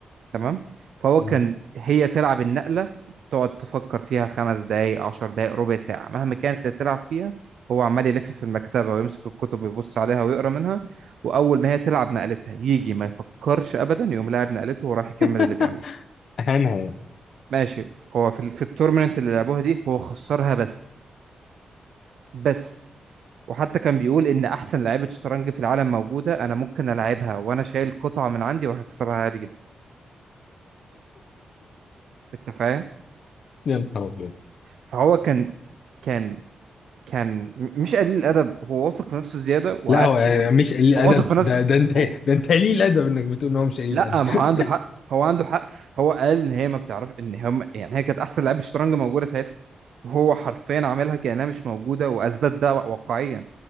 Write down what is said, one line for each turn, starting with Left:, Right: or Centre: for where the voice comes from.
Right: تمام فهو
Left: مم.
Right: كان هي تلعب النقلة تقعد تفكر فيها خمس دقايق عشر دقايق ربع ساعة مهما كانت اللي تلعب فيها هو عمال يلف في المكتبة ويمسك الكتب ويبص عليها ويقرأ منها وأول ما هي تلعب نقلتها يجي ما يفكرش أبدا يقوم لاعب نقلته وراح
Left: <laughs>
Right: يكمل اللي بيعمله
Left: اهانها يعني
Right: ماشي هو في ال- في التورنمنت اللي لعبوها دي هو خسرها بس بس وحتى كان بيقول إن أحسن لعيبة شطرنج في العالم موجودة أنا ممكن ألعبها وأنا شايل قطعة من عندي وهكسبها عادي جدا أنت فاهم؟
Left: يا نهار أبيض.
Right: فهو كان كان كان م- مش قليل الادب هو واثق في نفسه زياده وع...
Left: لا هو
Right: ود...
Left: مش قليل ادب
Right: هو واثق في نفسه
Left: ده ده انت
Right: هو
Left: ده انت قليل ادب انك بتقول ان هو مش قليل
Right: لا
Left: ادب <laughs>
Right: ما هو عنده حق هو عنده حق هو قال ان هي ما بتعرف ان هم يعني هي كانت احسن لعيبه شطرنج موجوده ساعتها وهو حرفيا عاملها كانها مش موجوده واثبت ده واقعيا